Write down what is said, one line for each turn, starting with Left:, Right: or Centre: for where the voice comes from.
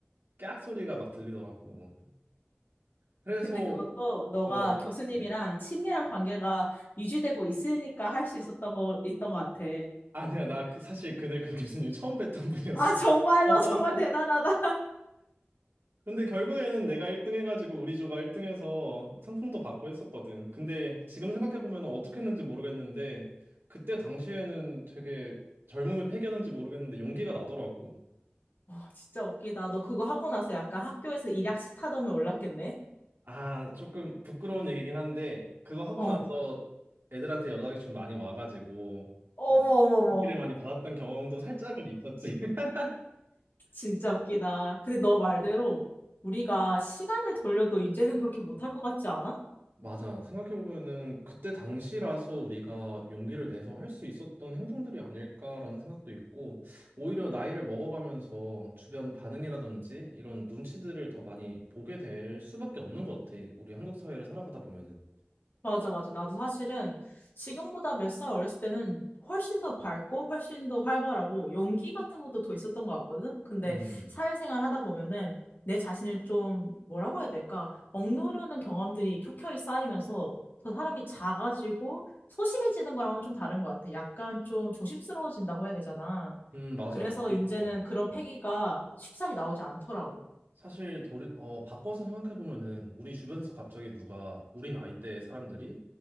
Right: 깨악 소리가 막 들리더라고. 그래서
Left: 근데 그것도 너가
Right: 어
Left: 교수님이랑 친밀한 관계가 유지되고 있으니까 할 수 있었던 거 있던 것 같아.
Right: 아니야 나 그- 사실 그날 그 교수님 처음 뵀던 분이었어.
Left: 아 정말로
Right: <laughs>
Left: <laughs> 정말 대단하다.
Right: 근데 결국에는 내가 1등 해가지고 우리 조가 1등 해서 상품도 받고 했었거든. 근데 지금 생각해보면 어떻게 했는지 모르겠는데 그때 당시에는 되게 젊음에 패겼는지 모르겠는데 용기가 나더라고.
Left: 와, 진짜 웃기다. 너 그거 하고 나서 약간 학교에서 일약 스타덤에 올랐겠네?
Right: 아, 조금 부끄러운 얘기긴 한데, 그거 하고
Left: 어.
Right: 나서 애들한테 연락이 좀 많이 와가지고,
Left: 어머,
Right: 좀
Left: 어머, 어머.
Right: 인기를 많이 받았던 경험도 살짝은 있었지. <laughs>
Left: 진짜 웃기다. 근데 너 말대로 우리가 시간을 돌려도 이제는 그렇게 못할 것 같지 않아?
Right: 맞아. 생각해보면은 그때 당시라서 우리가 용기를 내서 할 수 있었던 행동들이 아닐까라는 생각도 있고, 오히려 나이를 먹어가면서 주변 반응이라든지 이런 눈치들을 더 많이 보게 될 수밖에 없는 것 같아. 우리 한국 사회를 살아가다 보면은.
Left: 맞아, 맞아. 나도 사실은 지금보다 몇 살 어렸을 때는 훨씬 더 밝고 훨씬 더 활발하고 용기 같은 것도 더 있었던 것 같거든. 근데
Right: 음,
Left: 사회생활 하다 보면은 내 자신을 좀 뭐라고 해야 될까? 억누르는 경험들이 켜켜이 쌓이면서 더 사람이 작아지고 소심해지는 거랑은 좀 다른 것 같아. 약간 좀 조심스러워진다고 해야 되잖아.
Right: 음, 맞아.
Left: 그래서
Right: 그게,
Left: 이제는
Right: 어.
Left: 그런 패기가 쉽사리 나오지 않더라고.
Right: 사실 돌 어, 바꿔서 생각해보면은 우리 주변에서 갑자기 누가 우리 나이대의 사람들이